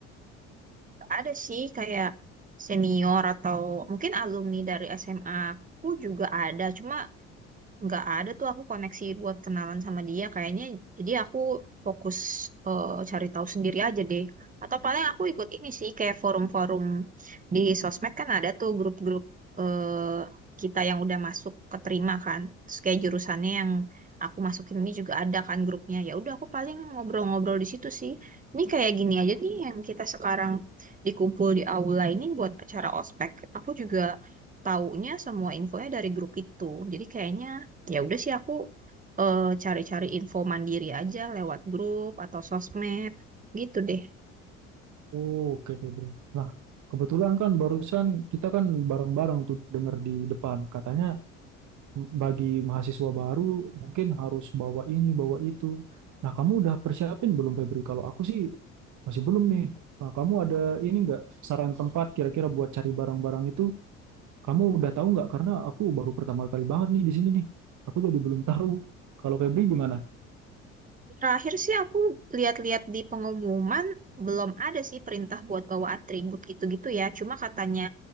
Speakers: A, on the right; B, on the right.
A: Ada sih kayak senior atau mungkin alumni dari SMA aku juga ada, cuma nggak ada tuh aku koneksi buat kenalan sama dia kayaknya jadi aku fokus eh, cari tahu sendiri aja deh atau paling aku ikut ini sih kayak forum-forum di sosmed kan ada tuh grup-grup eh, kita yang udah masuk keterima kan terus kayak jurusannya yang aku masukin ini juga ada kan grupnya ya udah aku paling ngobrol-ngobrol di situ sih ini kayak gini aja nih yang kita sekarang dikumpul di aula ini buat acara ospek aku juga taunya semua infonya dari grup itu. Jadi kayaknya ya udah sih aku eh, cari-cari info mandiri aja lewat grup atau sosmed gitu deh
B: Oh, Oke, Febri. Nah, kebetulan kan barusan kita kan bareng-bareng tuh denger di depan. Katanya bagi mahasiswa baru mungkin harus bawa ini, bawa itu. Nah, kamu udah persiapin belum Febri? Kalau aku sih masih belum nih. Nah, kamu ada ini nggak saran tempat kira-kira buat cari barang-barang itu? Kamu udah tahu nggak? Karena aku baru pertama kali banget nih di sini nih. Aku jadi belum tahu. Kalau Febri gimana?
A: Terakhir sih aku lihat-lihat di pengumuman belum ada sih perintah buat bawa atribut gitu-gitu ya. Cuma katanya